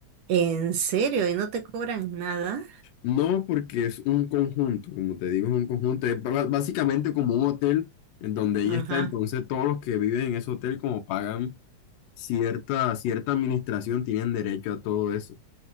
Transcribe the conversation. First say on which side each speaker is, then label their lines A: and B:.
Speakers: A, on the right; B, on the left.
A: ¿En serio? ¿Y no te cobran nada?
B: No, porque es un conjunto, como te digo, es un conjunto, es ba- básicamente como un hotel en donde ella
A: Ajá.
B: está, entonces todos los que viven en ese hotel como pagan cierta, cierta administración tienen derecho a todo eso.